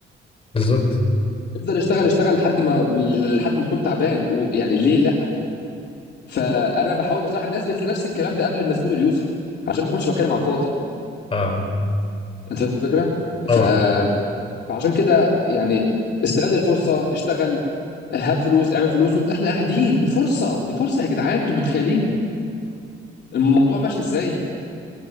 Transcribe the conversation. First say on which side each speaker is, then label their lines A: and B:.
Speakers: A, on the left; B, on the left.
A: بالظبط
B: افضل اشتغل اشتغل لحد ما لحد ما تكون تعبان ويعني ليه لا فانا بحاول بصراحه ان اثبت لنفسي الكلام ده قبل ما اثبته ليوسف عشان ما اكونش بتكلم على الفاضي
A: اه
B: انت فهمت الفكره
A: طبعا
B: ف... فعشان كده يعني استغل الفرصه اشتغل هات فلوس اعمل فلوس وانت احنا قاعدين دي فرصه دي فرصه يا جدعان انتوا متخيلين الموضوع ماشي ازاي